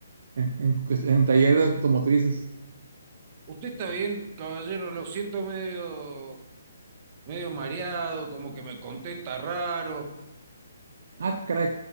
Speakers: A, on the right; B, on the right.
A: en, en, cuest- en taller de automotrices.
B: Usted está bien, caballero, lo siento medio, medio mareado, como que me contesta raro.
A: Ah, caray.